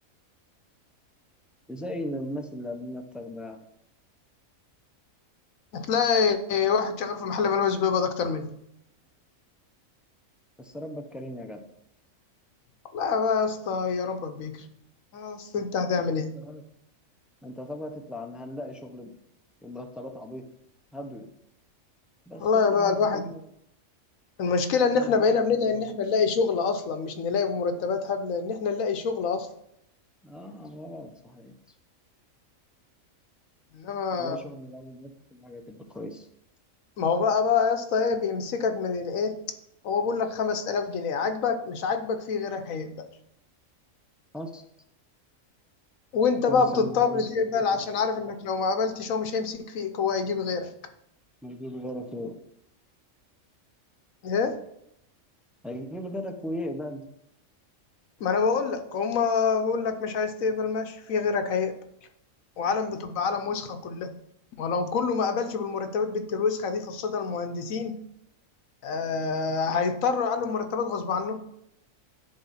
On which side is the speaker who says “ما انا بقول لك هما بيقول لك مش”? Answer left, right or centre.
Left